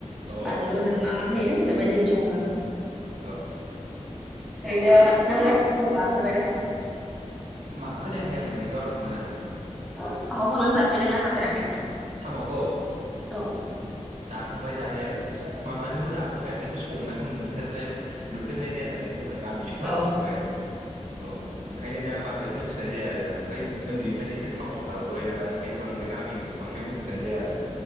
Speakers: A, on the right (about 85°); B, in the centre.
A: औ
B: बानलु
A: औ
B: नों मा मा होयो बेबायदिनो सङो।
A: औ
B: ओरैनो नोङो साम' जाफेरबायना जाफेराखै?
A: मा खोनायाखै आं नोंनि गारांखौ मोजाङै?
B: अ सामखौ नों जाफेरदों ना जाफेराखै?
A: साम'खौ
B: औ
A: जाखांबाय जानाया माबाजोंबो जाखांबाय आं खिन्थु संनायखौ नुफेरनाय नुफेरनाय जाया नालाय जोंना गामियाव
B: औ
A: बांद्राय औ। ओंखायनो दा बांद्राय मिथिनाय जाया आरो आं ओमफ्राय उन्दनिफ्रायनो एसे टाउनाव थाबोबाय नालाय ओंखायनो बांद्राय गामिनिखौ बांद्राय मिथिनाय जाया आरो।